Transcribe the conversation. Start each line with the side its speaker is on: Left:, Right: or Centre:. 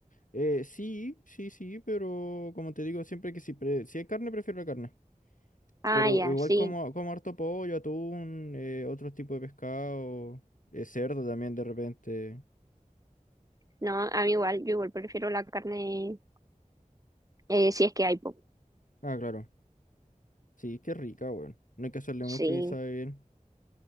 Left: Eh, sí, sí, sí, pero como te digo, siempre que si, pre- si hay carne, prefiero la carne.
Right: Ah,
Left: Pero
Right: ya,
Left: igual
Right: sí.
Left: como, como harto pollo, atún, eh, otros tipos de pescado, eh, cerdo también de repente.
Right: No, a mí igual, yo igual prefiero la carne, eh, si es que hay, po.
Left: Ah, claro. Sí, qué rica, weón. No hay que hacerle
Right: Sí,
Left: mucho y sabe bien.